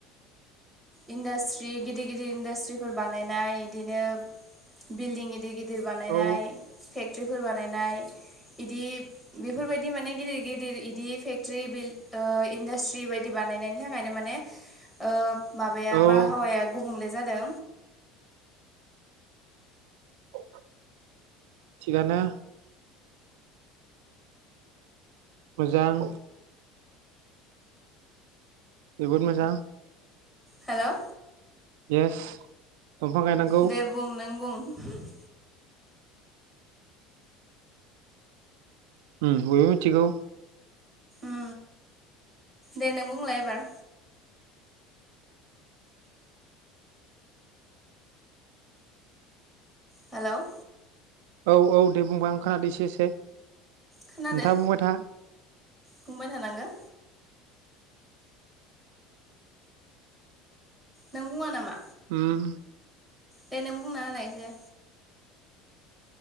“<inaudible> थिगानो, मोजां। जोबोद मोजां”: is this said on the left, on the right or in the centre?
Right